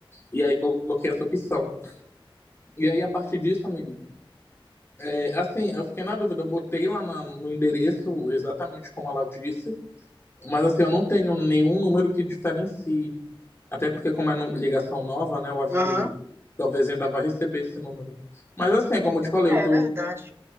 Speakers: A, on the left; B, on the right.
A: e aí coloquei essa opção. E aí, a partir disso, amigo, É, assim, eu fiquei na dúvida, eu botei lá na- no endereço exatamente como ela disse, mas assim, eu não tenho nenhum número que diferencie. Até porque, como é no- ligação nova, né, eu acho
B: Aham,
A: que talvez ainda vá receber esse número. Mas assim, é como eu te falei,
B: É
A: eu tô,
B: verdade.